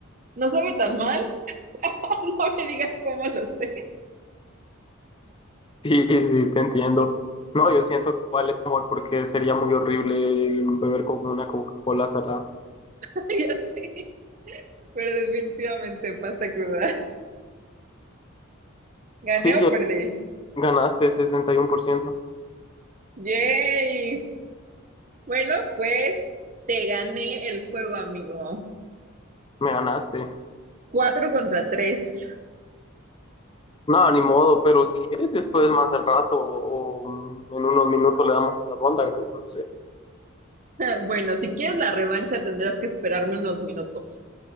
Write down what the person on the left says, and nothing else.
Sí, sí, te entiendo. No, yo siento que igual es mejor porque sería muy horrible beber con una Coca-Cola salada.
Sí,
yo-
ganaste 61%.
Me ganaste.
No, ni modo, pero si quieres después más al rato o o en unos minutos le damos otra ronda, que no sé.